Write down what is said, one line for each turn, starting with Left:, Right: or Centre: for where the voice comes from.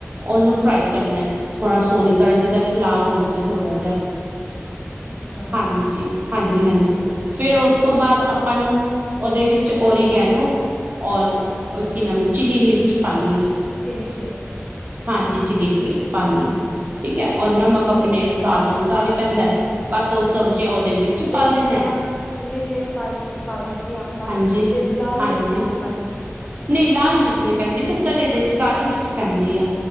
Right: ਉਨੂ ਫ੍ਰਾਈ ਕਰਨਾ ਏ ਥੋੜ੍ਹਾ ਸੋਹਣੀ ਤਰ੍ਹਾਂ ਜਿਦਾ ਕਿ ਲਾਲ ਹੋਜੇ ਥੋੜ੍ਹਾ ਜਾ।
Left: ਅੱਛਾ
Right: ਹਾਂਜੀ। ਹਾਂਜੀ -ਹਾਂਜੀ ਫਿਰ ਉਸ ਤੋਂ ਬਾਅਦ ਆਪਾਂ ਨੂੰ ਉਹਦੇ ਵਿੱਚ ਓਰੀਗੇਨੋ ਔਰ ਕੀ ਨਾਮ ਚਿਲੀ ਮਿਰਚ ਪਾਣੀ ਏ।
Left: Chilli flakes.
Right: ਹਾਂਜੀ ਚਿੱਲੀ ਫਲੇਕਸ ਪਾਣੀ ਹੈ
Left: ਅੱਛਾ
Right: ਠੀਕ ਹੈ,
Left: ਅੱਛਾ
Right: ਔਰ ਨਮਕ ਅਪਣੇ ਸਵਾਦ ਅਨੁਸਾਰ ਹੀ ਪੈਂਦਾ। ਬਸ ਉਹ ਸਬਜ਼ੀਆਂ
Left: ਅੱਛਾ
Right: ਉਹਦੇ ਵਿੱਚ
Left: ਤੇ
Right: ਪਾ
Left: ਜਿੱਦਾ
Right: ਦੇਣਾ
Left: ਚਿਲੀ ਫਲੇਕਸ ਪਾਲੀ ਪਾ ਦਿੱਤੀ ਆਪਾਂ
Right: ਹਾਂਜੀ
Left: ਫਿਰ ਲਾਲ
Right: ਹਾਂਜੀ
Left: ਮਿਰਚ ਤਾਂ ਨਹੀਂ ਪਾਨੀ।
Right: ਨਹੀਂ ਲਾਲ ਮਿਰਚ ਨਹੀਂ ਪੈਂਦੀ ਪੁੱਤਰ ਇਹਦੇ ਚ ਕਾਲੀ ਮਿਰਚ
Left: ਅੱਛਾ
Right: ਪੈਂਦੀ
Left: ਅੱਛਾ
Right: ਆ